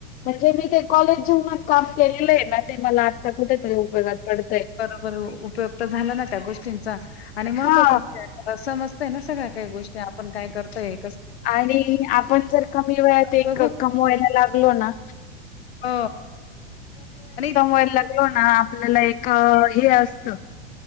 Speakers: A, on the left; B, on the left.
A: म्हणजे मी ते कॉलेज जेवनाात काम केलेलं आहे ना ते मला आता कुठेतरी उपयोगात पडतय
B: उपयुक् झाला ना त्या गोष्टींचा आणि महत्त्वाच
A: हा
B: म्हणजे सम ना सगळ्या काही गोष्टी आपण काय करतय
A: आणि आपण जर कमी वयात एक
B: उपयोग
A: कमवायला लागलो ना
B: ह आणि
A: ला लागल ना आपल्याला एक हे असतं